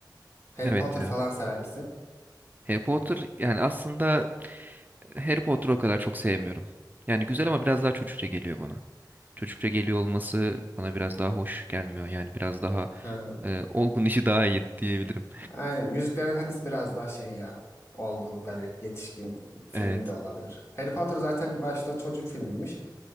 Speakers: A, on the left; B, on the right.
A: Harry
B: Evet
A: Potter
B: ya.
A: falan sever misin?
B: Harry Potter yani aslında Harry Potter'ı o kadar çok sevmiyorum. Yani güzel ama biraz daha çocukça geliyor bana. Çocukça geliyor olması bana biraz daha hoş gelmiyor. Yani biraz daha
A: Ha.
B: e, olgun <laughs> işi daha iyi diyebilirim.
A: Aynen. Yüzükler Efendisi biraz daha şey ya. Olgun böyle yetişkin filmi
B: Evet.
A: de olabilir. Harry Potter zaten başta çocuk filmiymiş.